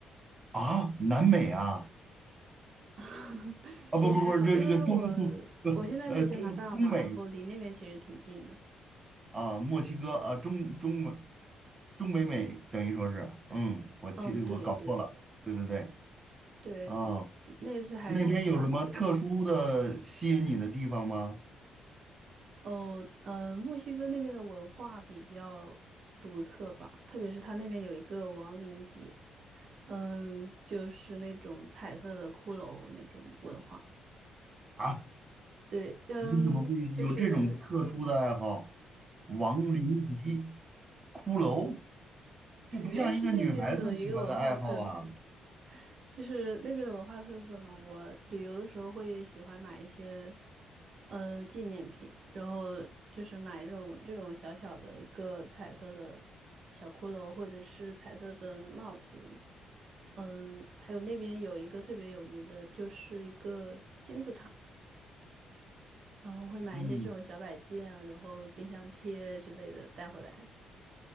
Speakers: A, on the right; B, on the right.
A: 啊，南美啊，
B: <laughs>
A: 啊不不不，
B: 其实还好，
A: 这这个中中不呃中中美
B: 因为我我现在在加拿大嘛，然后离那边其实挺近的。
A: 啊，墨西哥啊，中中美中北美等于说是，嗯，我记我搞错了，
B: 嗯，对对
A: 对对对，
B: 对，
A: 啊，
B: 嗯那次还挺好玩的。
A: 那边有什么特殊的吸引你的地方吗？
B: 哦，嗯，墨西哥那边的文化比较独特吧，特别是它那边有一个亡灵节，嗯，就是那种彩色的骷髅那种文化。
A: 啊？
B: 对，嗯，
A: 你怎么会有这种特殊的爱好？
B: 就是
A: 亡灵级骷髅，这不像一个女孩子喜欢的爱好啊。
B: 因为是那边的一个文化特色。就是那边的文化特色嘛，我旅游的时候会喜欢买一些呃纪念品，然后就是买这种这种小小的一个彩色的小骷髅，或者是彩色的帽子。嗯，还有那边有一个特别有名的，就是一个金字塔，然我会买一些这种小摆件啊，
A: 嗯，
B: 然后冰箱贴之类的带回来。